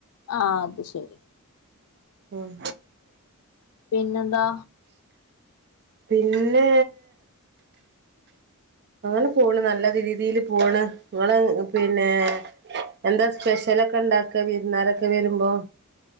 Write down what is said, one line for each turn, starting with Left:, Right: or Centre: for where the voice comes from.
Left: ആഹ് അത് ശരി.
Right: ഉം
Left: പിന്നെന്താ?
Right: പിന്നേ അങ്ങനെ പോണ് നല്ല രീതില് പോണ്. ഇങ്ങള് പിന്നേ എന്താ സ്പെഷ്യലൊക്കെണ്ടാക്ക വിരുന്നാരൊക്കെ വരുമ്പോ?